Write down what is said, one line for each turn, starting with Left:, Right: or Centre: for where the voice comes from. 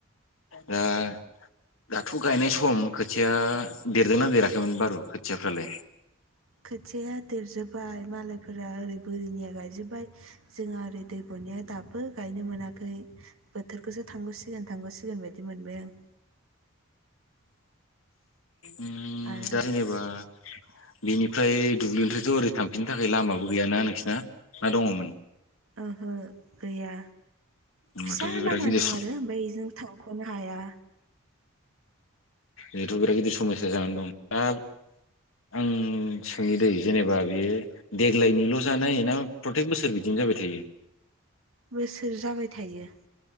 Left: दा दाथ' गायनाय सम खोथिया। देरदोंना देराखैमोन बारु खोथियाफ्रालाय
Right: खोथिया देरजोब्बाय मालायफोरा ओरै बोरिनिया गायजोबबाय जोंहा ओरै दै बुनाया दाबो गायनो मोनाखै बोथोरखौसो थांगौसिगोन थांगौसि सिगोन बायदि मोनबाय आं
Left: उ
Right: आरो
Left: दा जेनावबा
Right: <unintelligible>
Left: बेनिफ्राय दुब्लिनिफ्रायथ' ओरै थांफिननो थाखाय लामाबो गैयाना नोंसोरना ना दङमोन
Right: ओहो गैया
Left: होनबाथ'
Right: फिसा
Left: बे
Right: लामा
Left: बिराद गिदिर
Right: दं आरो ओमफ्राय बेजों थांख'नो हाया
Left: जिथ' बिराद गिदिर समयया जानानै दं दा आं सोंनि दै जेनेबा बेयो देग्लायनिल' जानाय ना प्रतेक बोसोर बिदिनो जाबाय थायो
Right: बोसोर जाबाय थायो।